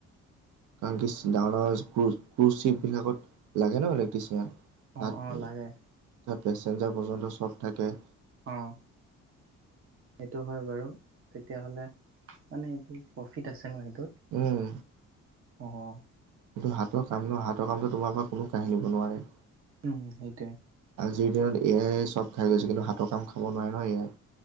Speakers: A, on the right; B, on the right.
A: কাৰণ কি ডাঙৰ ডাঙৰ ক্ৰু ক্ৰুজ চিপবিলাকত লাগে ন ইলেক্ট্ৰিচিয়ান। তাত
B: অ অ লাগে
A: তাত পেচেঞ্জাৰ পৰ্যন্ত চব থাকে।
B: অঁ। সেইটো হয় বাৰু তেতিয়াহ'লে মানে এইবোৰ প্ৰফিট আছে ন সেইটোত।
A: উম।
B: অঁ অহ।
A: এইটো হাতৰ কামটো হাতৰ কামটো তোমাৰ পৰা কোনো কাহিনিব নোৱাৰে।
B: উম সেইটোয়ে।
A: আজিৰ দিনত এ আই চব খাই গৈছে কিন্তু হাতৰ কাম খাব নোৱাৰে ন এ আই।